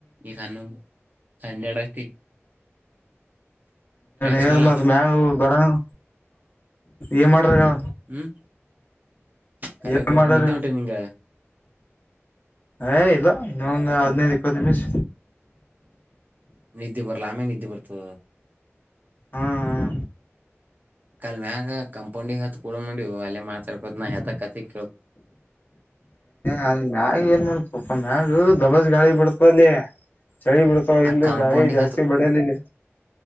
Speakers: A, on the right; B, on the left.
A: ಈ ಕಣ್ಣಂದು ಕನ್ನಯಡತಿ
B: ಹೇಳ
A: ಸಿಗಲ್ಲ
B: ಮತ್
A: ಅದಕ್
B: ಮ್ಯಾಗ ಬರಂಗ ಏನ್ ಮಾಡ್ರಿ ಹೇಳ
A: ಹ್ಮ್ ಕಲ್ಲಕೂಡ
B: ಏನ್ ಮಾಡ್ಯಾರ
A: ನಿದ್ದೆ ಉಟುನ ಇಂಗ
B: ಏ ಇಲ್ಲ ಇನ್ನೊಂದು ಹದ್ನೈದು ಇಪ್ಪತ್ತು ನಿಮಿಷ
A: ನಿದ್ದೆ ಬರ್ಲ್ಲ ಆಮೇ ನಿದ್ದೆ ಬರ್ತು
B: ಹ್ಮ್
A: ಕಲ್ ಮ್ಯಾಗ ಕಂಪೌಂಡಿ ಹತ್ತು ಕೂಡ ನೋಡಿ ಅಲ್ಲ ಮಾಕೋ ಕ
B: ಅದ ಮ್ಯಾಗ ಏನ್ ಮಾಡತ ಪಪ ಮ್ಯಾಗ ದಬಸ್ ಗಾಳಿ ಬಿಡತ ಚಳಿ ಬಿಡ್ತಾವ
A: ಆ
B: ಇಲ್ಲಿ
A: ಕಾಂಪೌಂಡಿಗೆ
B: ಗಾಳಿ ಜಾಸ್ತಿ ಬಡಲಿ ಇ